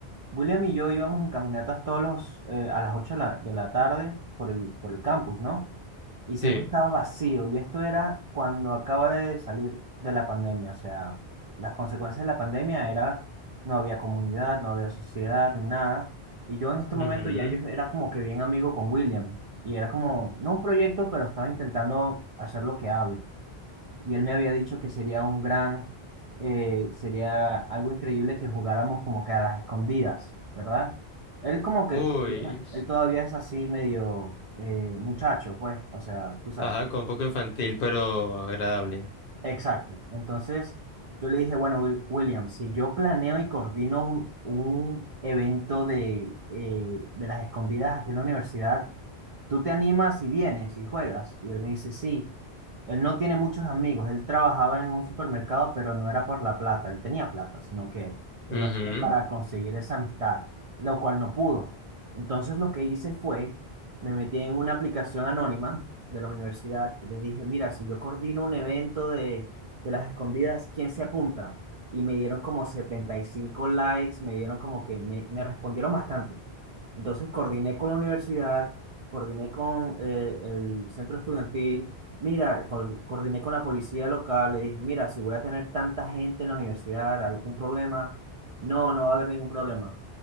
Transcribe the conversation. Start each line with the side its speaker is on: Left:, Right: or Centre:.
Right: William y yo íbamos en caminatas todos los, eh, a las 8 de la, de la tarde por el, por el campus, ¿no? y
Left: Sí.
Right: siempre estaba vacío. Y esto era cuando acaba de salir de la pandemia. O sea, las consecuencias de la pandemia era, no había comunidad, no había sociedad, ni nada. Y yo en este
Left: ujú.
Right: momento ya yo era como que bien amigo con William. Y era como, no un proyecto, pero estaba intentando hacer lo que hable y él me había dicho que sería un gran, eh, sería algo increíble que jugáramos como que a las escondidas, ¿verdad? Él como que
Left: Uy.
Right: todavía, él todavía es así medio eh, muchacho, pues, o sea, tú sabes.
Left: Ajá, con un poco infantil, pero agradable.
Right: Exacto. Entonces yo le dije, bueno, Wil- William, si yo planeo y coordino un, un evento de, eh, de las escondidas aquí en la universidad, ¿tú te animas y vienes y juegas? Y él me dice, sí. Él no tiene muchos amigos. Él trabajaba en un supermercado, pero no era por la plata. Él tenía plata, sino que él
Left: Ujú,
Right: lo hacía para conseguir esa amistad, lo cual no pudo. Entonces lo que hice fue, me metí en una aplicación anónima de la universidad y les dije, mira, si yo coordino un evento de, de las escondidas, ¿quién se apunta? Y me dieron como 75 likes, me dieron como que me, me respondieron bastante. Entonces coordiné con la universidad, coordiné con eh, el centro estudiantil, mira, co- coordiné con la policía local, le dije, mira, si voy a tener tanta gente en la universidad, ¿algún problema? No, no va a haber ningún problema.